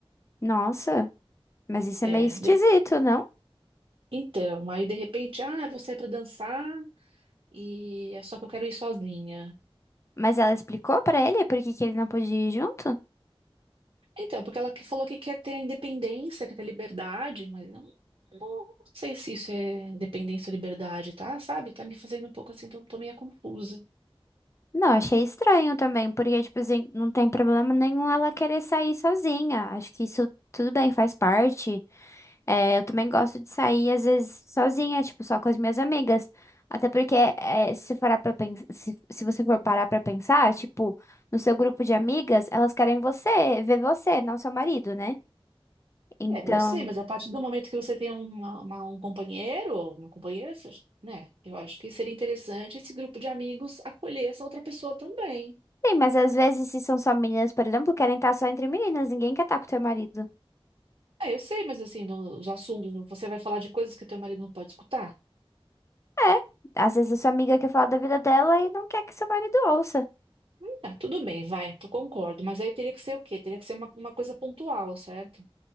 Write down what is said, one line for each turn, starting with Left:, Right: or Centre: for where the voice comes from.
Left: Nossa, mas isso
Right: É,
Left: é meio esquisito,
Right: de-
Left: não?
Right: Então, aí de repente, ah, vou sair pra dançar e é só que eu quero ir sozinha.
Left: Mas ela explicou pra ele por que que ele não podia ir junto?
Right: Então, porque ela que- falou que quer ter a independência, quer ter liberdade, mas eu não, não sei se isso é independência ou liberdade, tá? Sabe? Tá me fazendo um pouco assim, tô, tô meio confusa.
Left: Não, achei estranho também, porque, tipo assim, não tem problema nenhum ela querer sair sozinha. Acho que isso tudo bem, faz parte. É, eu também gosto de sair, às vezes, sozinha, tipo, só com as minhas amigas. Até porque, é, se parar pra pensar, se, se você for parar pra pensar, tipo, no seu grupo de amigas, elas querem você, ver você, não seu marido, né? Então,
Right: É, eu sei, mas a partir do momento que você tem uma, uma- um companheiro, uma companheira, você- né? Eu acho que seria interessante esse grupo de amigos acolher essa outra pessoa também.
Left: sim, mas às vezes, se são só meninas, por exemplo, querem estar só entre meninas, ninguém quer estar com teu marido.
Right: É, eu sei, mas assim, no- os assuntos, você vai falar de coisas que teu marido não pode escutar?
Left: É, às vezes a sua amiga quer falar da vida dela e não quer que seu marido ouça.
Right: Tá, tudo bem, vai, tu concordo, mas aí teria que ser o quê? Teria que ser uma, uma coisa pontual, certo?